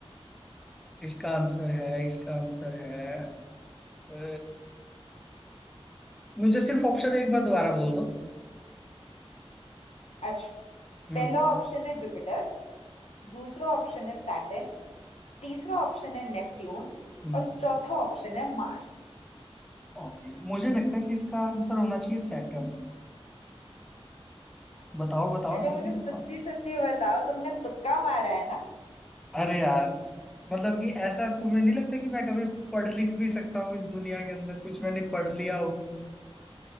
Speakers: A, in the centre; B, on the left.
A: इसका आंसर है इसका आंसर है अ, मुझे सिर्फ ऑप्शन एक बार दोबारा बोल दो
B: अच्छा
A: हम्म
B: पहला ऑप्शन है जुपिटर दूसरा ऑप्शन है सैटर्न तीसरा ऑप्शन है नेपट्यून
A: हम्म
B: और चौथा ऑप्शन है मार्स
A: ओके मुझे लगता है कि इसका आंसर होना चाहिए सैटर्न बताओ बताओ
B: पहले
A: जल्दी
B: मुझे सच्ची
A: बताओ
B: सच्ची बताओ तुमने तुक्का मारा है
A: अरे यार मतलब कि ऐसा तुम्हें नहीं लगता कि मैं कभी पढ़ लिख भी सकता हूँ इस दुनिया के अंदर कुछ मैंने पढ़ लिया हो